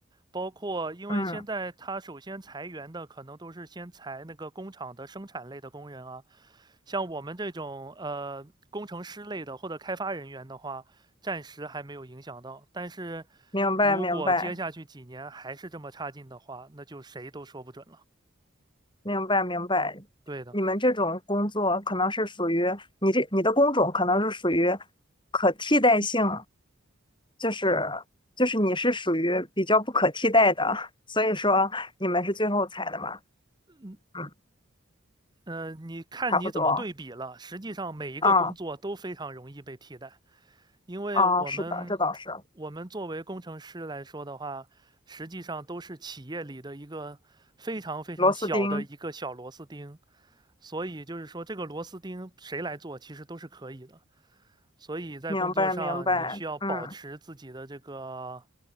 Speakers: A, on the right (about 20°); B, on the left (about 25°).
A: 包括因为现在它首先裁员的可能都是先裁那个工厂的生产类的工人啊，
B: 嗯，
A: 像我们这种呃工程师类的或者开发人员的话，暂时还没有影响到。但是
B: 明白明白。
A: 如果接下去几年还是这么差劲的话，那就谁都说不准了。
B: 明白明白，
A: 对的。
B: 你们这种工作可能是属于你这你的工种可能是属于可替代性，就是就是你是属于比较不可替代的，所以说你们是最后裁的嘛，
A: 嗯，
B: 嗯，
A: 呃，你看你怎么对比了。
B: 差不多，
A: 实际上，每一个工作都非常容易被替代，
B: 啊
A: 因为我们
B: 啊，是的，这倒是
A: 我们作为工程师来说的话，实际上都是企业里的一个非常非常小的一个小螺丝钉，
B: 螺丝钉，
A: 所以就是说，这个螺丝钉谁来做，其实都是可以的。所以在工作上你需要保持自己的这个
B: 明白明白，嗯，